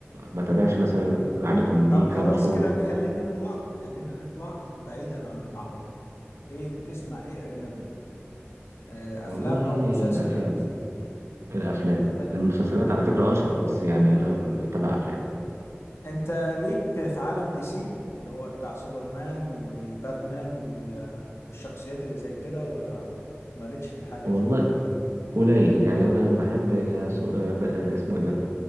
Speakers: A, on the right; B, on the left.
A: ما بتابعش مثلا عارف
B: لا
A: ان
B: طب
A: دي
B: خلاص
A: حاجه مشهوره
B: كده خلينا نطلع خلينا نطلع بعيدا عن العربي ايه بتسمع ايه اجنبي آه،
A: والله
B: افلام او مسلسلات
A: الافلام الافلام
B: لما
A: المسلسلات
B: لما
A: على فكره اشهر بس يعني انا بتابع افلام
B: انت ليك في عالم دي سي اللي هو بتاع سوبرمان وباتمان وال... والشخصيات اللي زي كده ولا مالكش في الحاجة
A: والله
B: دي
A: قليل يعني انا بحب سو... آه، ب- آه، اسمه ايه ده